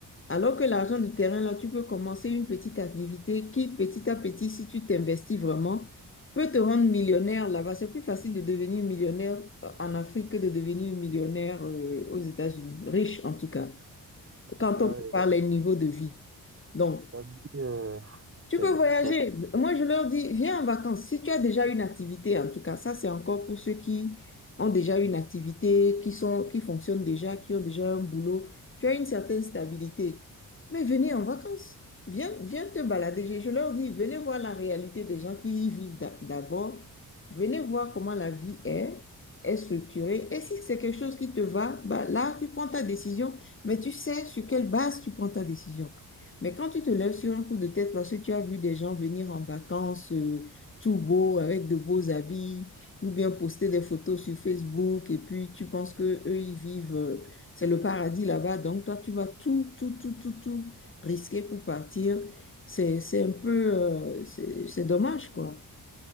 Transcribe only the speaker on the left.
alors que l'argent du terrain, là, tu peux commencer une petite activité qui, petit à petit, si tu t'investis vraiment, peut te rendre millionnaire là-bas. C'est plus facile de devenir millionnaire euh, en Afrique que de devenir millionnaire euh, aux États-Unis, riche en tout cas,
quand
on compare les niveaux de vie. Donc,
tu
veux voyager?
Moi, je leur dis, viens en vacances. Si tu as déjà une activité, en tout cas, ça, c'est encore pour ceux qui ont déjà une activité, qui sont, qui fonctionnent déjà, qui ont déjà un boulot. Tu as une certaine stabilité. Mais venez en vacances. Viens, viens te balader. Je, je leur dis, venez voir la réalité des gens qui y vivent d'a- d'abord. Venez voir comment la vie est, est structurée. Et si c'est quelque chose qui te va, bah, là, tu prends ta décision, mais tu sais sur quelle base tu prends ta décision. Mais quand tu te lèves sur un coup de tête parce que tu as vu des gens venir en vacances euh, tout beau, avec de beaux habits, ou bien poster des photos sur Facebook, et puis tu penses que eux ils vivent, euh, c'est le paradis là-bas, donc toi tu vas tout, tout, tout, tout, tout risquer pour partir. C'est, c'est un peu, euh, c'est c'est dommage, quoi.